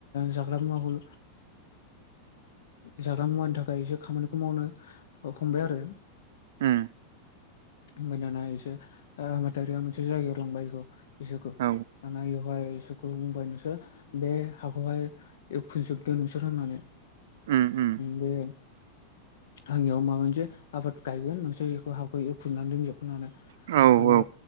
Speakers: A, on the left (about 80°); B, on the right (about 75°).
A: जाग्रा मुवाखौ जाग्रा मुवानि थाखाय एसे खामानिखौ मावनो हमबाय आरो
B: ह
A: उमफखय आबादारिया मोनसे जायगायाव लांबाय बेखौ इसोरखौ
B: औ
A: खौ बुंबाय नोंसोर बे हाखौहाय एउखुजोबदो नोंसोर होननानै
B: उम उम
A: बे आंनियाव माबा मोनसे आबाद गायगोन नोंसोर बेखौ हेवखुरनानै दोनजोबनानै दाना
B: औ उम औ औ